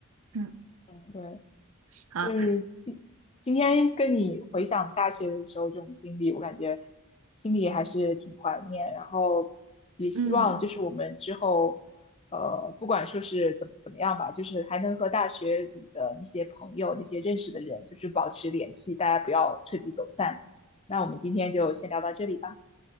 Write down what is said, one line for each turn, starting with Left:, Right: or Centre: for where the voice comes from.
Right: 嗯，
Left: 嗯对。
Right: 好，
Left: 就是今今天跟你回想大学的时候这种经历，我感觉心里还是挺怀念，然后也希望就是我们之后，
Right: 嗯，
Left: 呃，不管说是怎么怎么样吧，就是还能和大学里的那些朋友、那些认识的人，就是保持联系，大家不要彻底走散。那我们今天就先聊到这里吧。